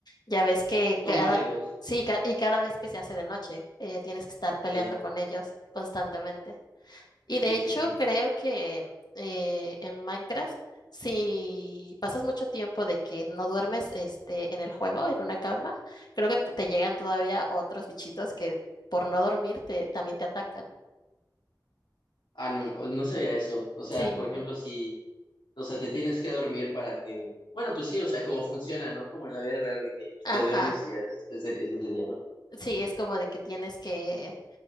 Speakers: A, on the left; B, on the left.
A: ya ves que
B: Son
A: cada
B: varios,
A: sí, ca- y cada vez que se hace de noche eh, tienes que estar peleando
B: sí,
A: con ellos constantemente. Y
B: sí,
A: de hecho,
B: sí, sí.
A: creo que eh, en Minecraft, si pasas mucho tiempo de que no duermes este, en el juego, en una cama, creo que te te llegan todavía otros bichitos que por no dormir te, también te atacan.
B: Ah, no, no sabía eso. O sea,
A: Sí,
B: por ejemplo, si, o sea, te tienes que dormir para que, bueno, pues sí, o sea, como funciona, ¿no? Como en la vida real de que
A: ajá.
B: te duermes y ya es, es de, es de día, ¿no?
A: Sí, es como de que tienes que,